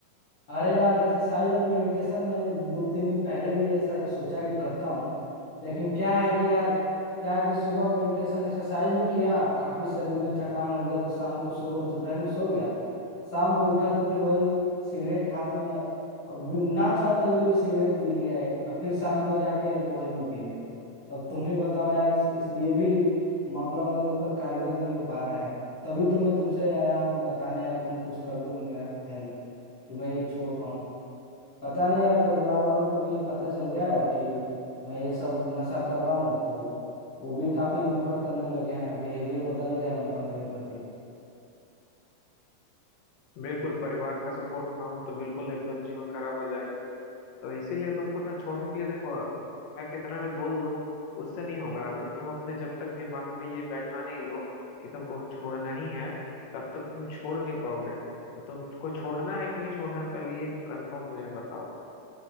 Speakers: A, on the left (about 60°); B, on the left (about 75°).
A: अरे यार एक्सरसाइज और मेडिटेशन मैंने दो तीन दिन पहले भी ऐसा सोचा कि करता हूँ लेकिन क्या है कि यार क्या है कि सुबह मेडिटेशन एक्सरसाइज भी किया काफी शरीर में थकान हो गया तो शाम को सो दोपहर में सो गया शाम को उठा तो फिर वही सिगरेट हाथ में अब भी- ना चाहते हुए भी सिगरेट पी लिया एक और फिर शाम को जाके अल्कोहल भी पी लिया अब तुम ही बताओ यार इस इस ये भी मामला मेरे ऊपर कारीगर नहीं हो पा रहा है तभी तो मैं तुमसे आया हूँ कि बताने यार तुम कुछ कर दो मेरा हेल्प कि मैं ये छोड़ पाऊँ पता नहीं यार परिवार वालों को भी ये पता चल गया है कि मैं ये सब नशा कर रहा हूँ तो वो भी काफी नफरत करने लगे हैं बिहेवियर बदल गया है उनका मेरे प्रति
B: बिल्कुल परिवार का सपोर्ट ना हो तो बिल्कुल एकदम जीवन खराब हो जाएगा तो इसीलिए तुमको ना छोड़ने के लिए देखो मैं कितना भी बोल लूं उससे नहीं होगा अगर तुम अपने जब तक दिमाग में ये बैठा नहीं लो कि तुमको छोड़ना ही है तब तक तुम छोड़ नहीं पाओगे तो तुमको छोड़ना है कि नहीं छोड़ना है पहले ये कंफर्म मुझे बताओ